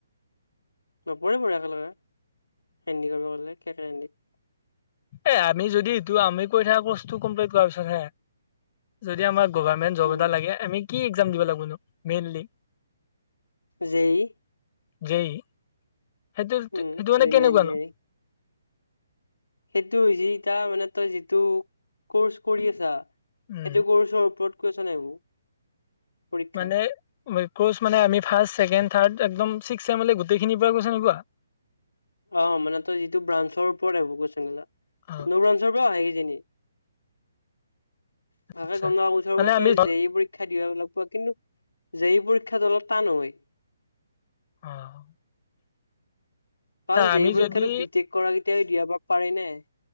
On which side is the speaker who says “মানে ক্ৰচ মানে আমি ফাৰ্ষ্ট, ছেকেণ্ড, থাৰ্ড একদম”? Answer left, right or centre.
Left